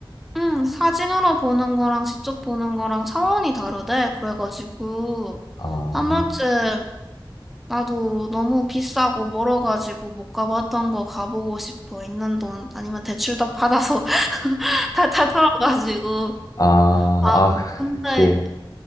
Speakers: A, in the centre; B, on the left.
A: 응, 사진으로 보는 거랑 직접 보는 거랑 차원이 다르대. 그래가지고,
B: 아,
A: 한 번쯤 나도 너무 비싸고 멀어가지고 못 가봤던 거 가보고 싶어. 있는 돈, 아니면 대출도 받아서 <laughs> 다, 다 털어가지고.
B: 아,
A: 아,
B: 아, <laughs>
A: 근데
B: 그치.